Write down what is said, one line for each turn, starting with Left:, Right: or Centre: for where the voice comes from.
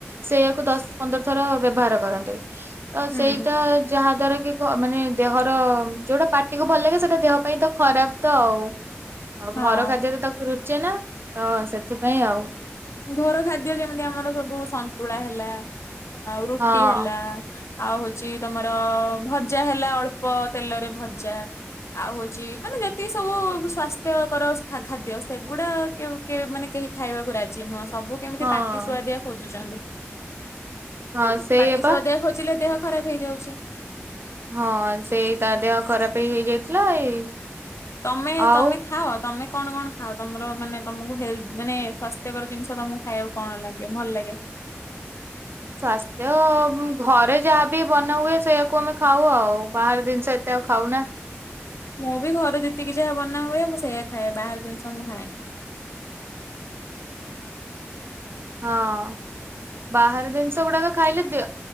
Right: ସେଇୟାକୁ ଦଶ ପନ୍ଦର ଥର ବ୍ୟବହାର କରନ୍ତି। ତ
Left: ହୁଁ
Right: ସେଇଟା ଯାହା ଦ୍ଵାରା କି ଖ ମାନେ ଦେହର ଯୋଉଟା ପାଟିକୁୁ ଭଲ ଲାଗେ ସେଇଟା ଦେହ ପାଇଁ ତ ଖରାପ ତ ଆଉ ଆଉ
Left: ହଁ
Right: ଘର ଖାଦ୍ୟରେ ତାକୁ ରୁ ଚେନା ତ ସେଥିପାଇଁ ଆଉ।
Left: ଘର ଖାଦ୍ୟ ଯେମିତି ଆମର ସବୁ ସନ୍ତୁଳା ହେଲା ଆଉ ରୁଟି
Right: ହଁ।
Left: ହେଲା। ଆଉ ହଉଛି ତମର ଭଜା ହେଲା ଅଳ୍ପ ତେଲରେ ଭଜା। ଆଉ ହଉଛି ମାନେ ଯେତିକି ସବୁ ସ୍ଵାସ୍ଥ୍ୟକର ଖା ଖାଦ୍ୟ ସେଗୁଡା କେ କେ ମାନେ କେହି ଖାଇବାକୁ ରାଜି ନୁହଁ ସବୁ କେମିତି
Right: ହଁ।
Left: ପାଟି ସୁଆଦିଆ ଖୋଜୁଛନ୍ତି।
Right: ହଁ ସେଇଆ
Left: ପାଟି
Right: ପା
Left: ସୁଆଦିଆ ଖୋଜିଲେ ଦେହ ଖରାପ ହେଇଯାଉଛି।
Right: ହଁ ସେଇ ତା ଦେହ ଖରାପ ହେଇ ହେଇଯାଇଥିଲା ଏଇ।
Left: ତମେ
Right: ଆଉ
Left: ତମେ ଖାଅ ତମେ କଣ କଣ? ଆଉ ତମର ମାନେ ତମକୁ ହେଲ ମାନେ ସ୍ଵାସ୍ଥ୍ୟକର ଜିନିଷ ତମକୁ ଖାଇବାକୁ କଣ ଲାଗେ ଭଲ ଲାଗେ।
Right: ସ୍ଵାସ୍ଥ୍ୟ ଘରେ ଯାହାବି ବନା ହୁଏ ସେଇଆକୁ ଆମେ ଖାଉ ଆଉ ବାହାର ଜିନିଷ ଏତେ ଆଉ ଖାଉନା।
Left: ମୁଁ ବି ଘରେ ଯେତିକି ଯାହା ବନା ହୁଏ ମୁଁ ସେଇଆ ଖାଏ ବାହାର ଜିନିଷ ମୁଁ ଖାଏନି।
Right: ହଁ। ବାହାର ଜିନିଷ ଗୁଡାକ ଖାଇଲେ ଦେଅ